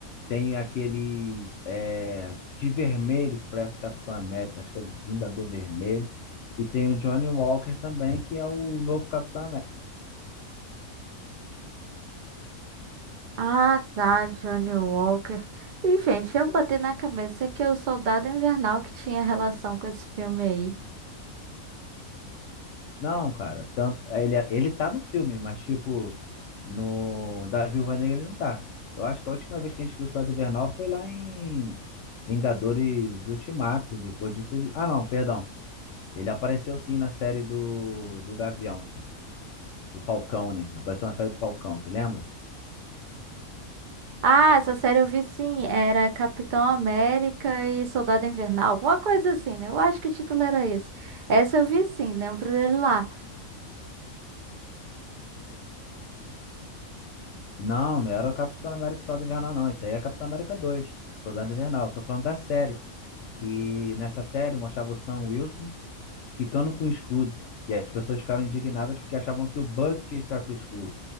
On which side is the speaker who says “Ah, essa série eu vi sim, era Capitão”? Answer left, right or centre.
Right